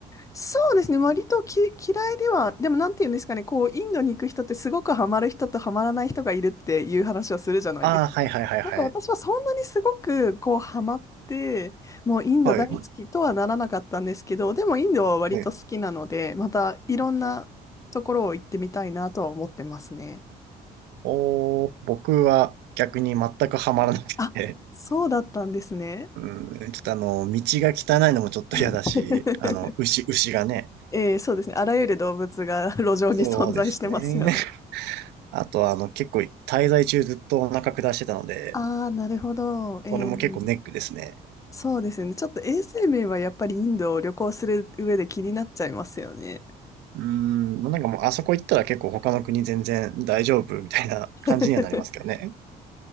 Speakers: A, on the left; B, on the right.
A: そうですね、割とき、嫌いでは、でもなんていうんですかね、こう、インドに行く人ってすごくハマる人とハマらない人がいるっていう話をするじゃないですか。
B: ああー、はい、はい、はい、
A: なんか私はそんなにすごくこう、
B: はい。
A: ハマって、もうインド大好きとはならなかったんですけど、
B: はい。
A: でもインドは割と好きなので、
B: はい
A: またいろんなところを行ってみたいなとは思ってますね。
B: おー、僕は逆に全くハマらなくて、
A: あそうだったんですね。
B: <laughs> うん、ちょっとあの、道が汚いのもちょっと嫌だし、
A: <laughs>
B: あの、牛、牛がね。
A: えー、そうですね。あらゆる動物が <laughs> 路上に存在してますよね。
B: そうですね。あとはあの、結構滞在中ずっとお腹下してたので、
A: ああ、なるほど。えー、
B: それも結構ネックですね。
A: そうですよね。ちょっと衛生面はやっぱりインドを旅行する上で気になっちゃいますよね。
B: うん、なんかもうあそこ行ったら結構他の国全然大丈夫みたいな感じにはなりますけどね。
A: <laughs> 確か